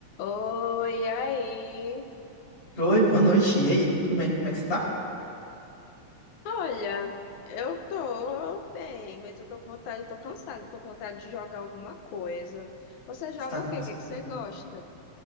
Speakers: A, on the left; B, on the left.
A: Oi, aí.
B: Oi, boa noite. E aí? Tudo bem? Como é que você tá?
A: Olha, eu tô bem, mas eu tô com vontade, eu tô cansada, eu tô com vontade de jogar alguma coisa. Você joga
B: Você tá
A: o
B: cansada?
A: quê? O que que você gosta?